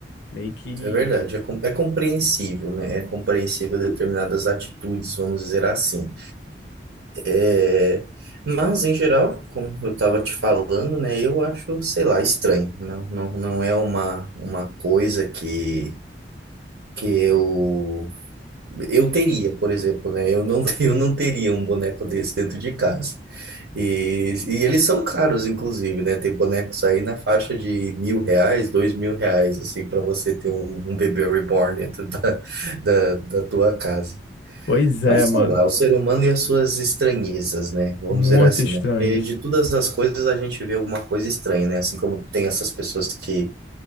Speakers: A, on the left (about 70°); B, on the right (about 75°).
A: Meio que.
B: É verdade, é, com- é compreensível, né? É compreensível determinadas atitudes, vamos dizer assim. É, mas, em geral, como eu estava te falando, né, eu acho, sei lá, estranho. Não, não, não é uma, uma coisa que, que eu, eu teria, por exemplo, né? Eu não, <laughs> eu não teria um boneco desse dentro de casa. E, e eles são caros, inclusive, né? Tem bonecos aí na faixa de mil reais, dois mil reais, assim, para você ter um, um bebê reborn dentro da, da, da tua casa.
A: Pois é,
B: Mas
A: mano.
B: sei lá, o ser humano e as suas estranhezas, né? Vamos
A: Muito
B: dizer assim,
A: estranhos.
B: né? Porque de todas as coisas a gente vê alguma coisa estranha, né? Assim como tem essas pessoas que,